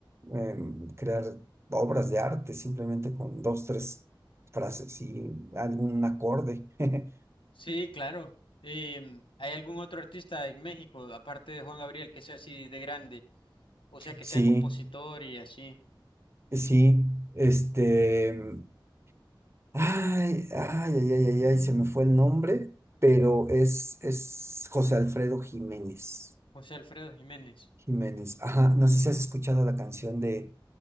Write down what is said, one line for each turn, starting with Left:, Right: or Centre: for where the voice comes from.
Right: em, crear obras de arte simplemente con dos, tres frases y algún acorde. <laughs>
Left: Sí, claro. Em, ¿hay algún otro artista en México, aparte de Juan Gabriel, que sea así de grande? O sea, que
Right: Sí,
Left: sea compositor y así.
Right: sí, este... em, Ay, ay, ay, ay, ay, ay, se me fue el nombre, pero es, es José Alfredo Jiménez.
Left: José Alfredo Jiménez.
Right: Jiménez. Ajá, no sé si has escuchado la canción de